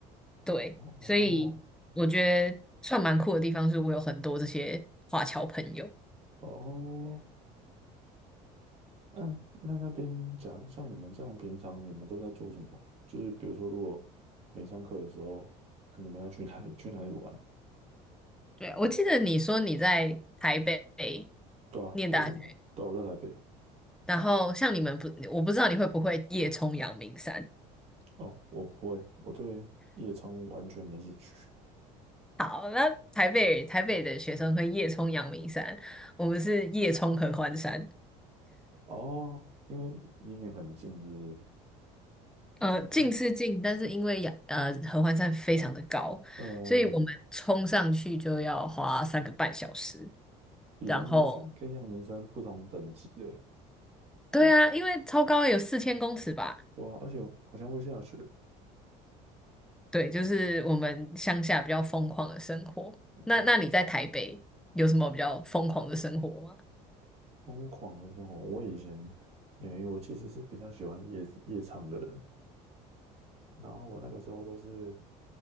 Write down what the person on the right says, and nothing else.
哦
哦。嗯，那那边讲，像你们这样平常你们都在做什么？就是比如说，如果没上课的时候，啊你们要去哪里去哪里玩？
对啊，
我是对啊我在台北。
哦，我不会，我对夜冲完全没兴趣。
<laughs> 哦，因为离你们很近，是不
是？哦
呃，
比阳明山跟阳明山不同等级的欸，
对啊，而且好像会下雪，
哦，疯狂的这种，我以前没有，因为我其实是比较喜欢夜夜唱的人，然后我那个时候都是，